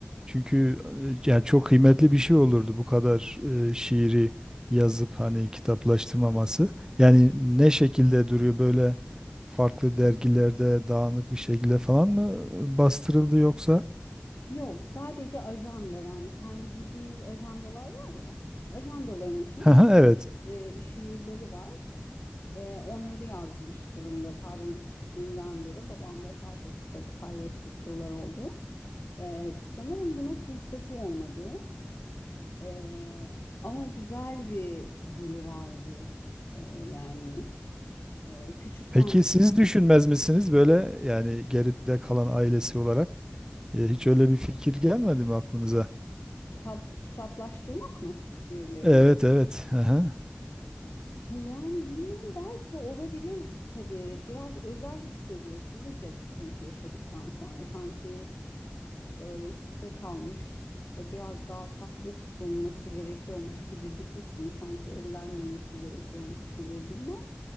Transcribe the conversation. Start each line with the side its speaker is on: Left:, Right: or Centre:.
Right: çünkü e, yani çok kıymetli bir şey olurdu bu kadar e, şiiri yazıp hani kitaplaştırmaması. Yani ne şekilde duruyor böyle farklı dergilerde dağınık bir şekilde falan mı e, bastırıldı yoksa?
Left: Yok, sadece ajanda yani kendi bildiğimiz ajandalar var ya. Ajandaların içine
Right: <laughs>
Left: kendi
Right: Evet.
Left: e, şiirleri var. Ee, onları yazmış durumda. Ta benim küçüklüğümden beri babam vefat etti tabii kaybettik yıllar oldu. Ee, sanırım buna fırsatı olmadı. Ee, ama güzel bir dili vardı. Ee, yani e, küçükken
Right: Peki siz düşünmez misiniz böyle yani geride kalan ailesi olarak? E, hiç öyle bir fikir gelmedi mi aklınıza?
Left: kitap kitaplaştırmak mı şiirlerini?
Right: Evet evet. Aha.
Left: <laughs> Yani bilmem belki olabilir tabii. Biraz özel hissediyorsunuz ya bir kayıp yaşadıktan sonra sanki. e, böyle size kalmış ve biraz daha saklı tutulması gerekiyormuş gibi bir his mi? Sanki ellenmemesi gerekiyormuş gibi bilmem.